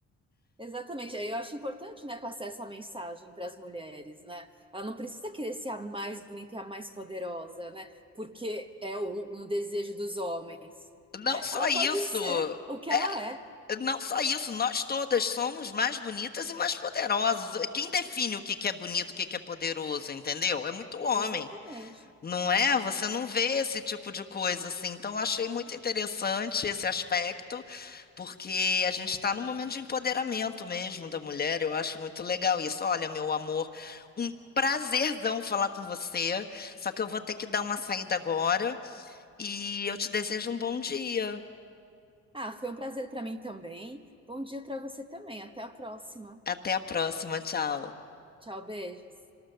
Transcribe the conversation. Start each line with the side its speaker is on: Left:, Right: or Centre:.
Right: Exatamente. Aí Eu acho importante, né, passar essa mensagem para as mulheres, né? Ela não precisa querer ser a mais bonita e a mais poderosa, né? Porque é o- um desejo dos homens,
Left: Não
Right: né?
Left: só
Right: Ela
Left: isso,
Right: pode ser o que
Left: É,
Right: ela é.
Left: não só isso, nós todas somos mais bonitas e mais poderosas. Quem define o que que é bonito, o que que é poderoso, entendeu? É muito homem,
Right: Exatamente.
Left: não é? Você não vê esse tipo de coisa assim. Então, eu achei muito interessante esse aspecto, porque a gente está num momento de empoderamento mesmo da mulher. Eu acho muito legal isso. Olha, meu amor, um prazerzão falar com você. Só que eu vou ter que dar uma saída agora e eu te desejo um bom dia.
Right: Ah, foi um prazer para mim também. Bom dia para você também. Até a próxima.
Left: Até a próxima, tchau.
Right: Tchau, beijos.